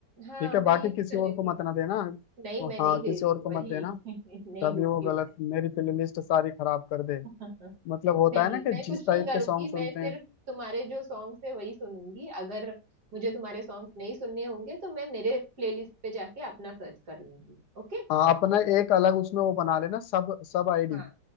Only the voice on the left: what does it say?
ठीक है
बाकी
किसी
और को
मत ना देना
हाँ
किसी
और
को
मत देना
तभी
वो गलत मेरी प्लेलिस्ट सारी खराब कर दे
मतलब होता
है ना कि
जिस टाइप
के सॉन्ग सुनते
हैं
हाँ अपना एक अलग उसमें वो बना लेना सब सब आईडी